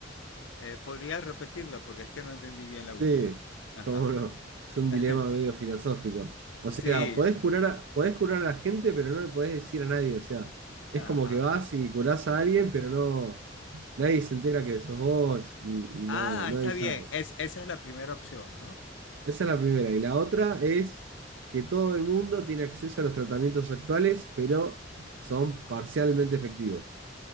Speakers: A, on the left; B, on the right.
A: Eh, ¿podrías repetirla? Porque es que no entendí bien la última.
B: Sí,
A: Ajá.
B: cómo no. Es un
A: <laughs>
B: dilema medio filosófico. O
A: Sí.
B: sea, podés curar a, podés curar a la gente, pero no le podés decir a nadie. O sea, es
A: Ajá.
B: como que vas y curás a alguien, pero no, nadie se entera que sos vos y, y
A: Ah,
B: no, nadie
A: está bien.
B: sabe.
A: Es, esa es la primera opción, ¿no?
B: Esa es la primera. Y la otra es que todo el mundo tiene acceso a los tratamientos actuales, pero son parcialmente efectivos.